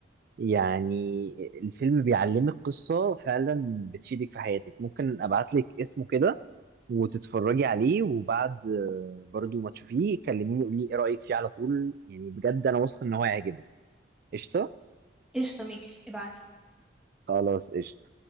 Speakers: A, on the right (about 50°); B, in the centre.
A: يعني الفيلم بيعلمك قصه فعلا بتفيدك في حياتك ممكن ابعت لك اسمه كده وتتفرجي عليه وبعد آه، برضو ما تشوفيه كلميني قولي ايه رايك فيه على طول يعني بجد انا واثق ان هو هيعجبك قشطه
B: قشطة ماشي ابعتلي
A: خلاص قشطه